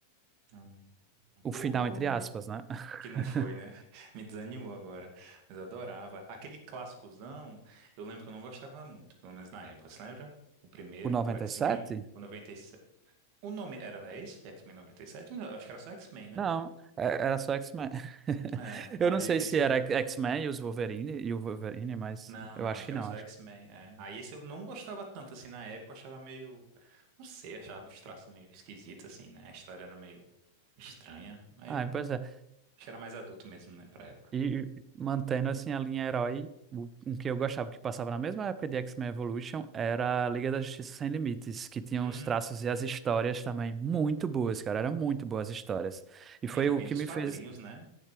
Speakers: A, on the right; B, on the right.
A: Hum,
B: O
A: Pô,
B: final, entre aspas, né? <laughs>
A: que não foi, né? <laughs> Me desanimou agora. Mas eu adorava. Aquele clássicozão, eu lembro que eu não gostava muito, pelo menos na época. Você lembra? O primeiro,
B: O noventa
A: o X-Men,
B: e sete
A: o 97. O nome era, é esse? X-Men 97? Não, acho que era só X-Men, né?
B: Não, é- era só X-Men. <laughs>
A: É, aí
B: Eu não sei
A: esse.
B: se era X-Men e os Wolverine e o Wolverine, mas
A: Não,
B: eu
A: não,
B: acho
A: acho
B: que
A: que era
B: não,
A: só
B: acho.
A: X-Men. é. Aí esse eu não gostava tanto, assim, na época, eu achava meio. Não sei, achava os traços meio esquisitos, assim, né? A história era meio estranha, mas
B: Ah,
A: eu não.
B: pois é.
A: Acho que era mais adulto mesmo, né, pra época.
B: E mantendo assim a linha herói, o um que eu gostava que passava na mesma época de X-Men Evolution era a Liga da Justiça Sem Limites, que tinha
A: Hum,
B: os traços e as histórias também muito boas, cara, eram muito boas histórias. E foi
A: e era
B: o
A: bem
B: que
A: dos
B: me
A: quadrinhos,
B: fez,
A: né?